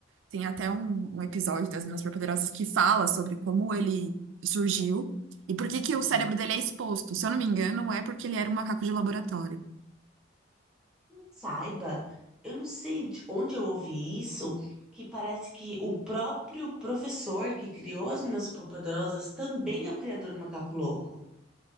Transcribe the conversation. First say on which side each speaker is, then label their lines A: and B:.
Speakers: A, on the right; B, in the centre.
A: Tem até um, um episódio das Meninas Superpoderosas que fala sobre como ele surgiu e por que
B: Aham.
A: que o cérebro dele é exposto. Se eu não me engano, é porque ele era um macaco de laboratório.
B: Saiba, eu não sei de onde eu ouvi isso, que parece que o próprio professor que criou as Meninas Superpoderosas também é o criador do Macaco Louco.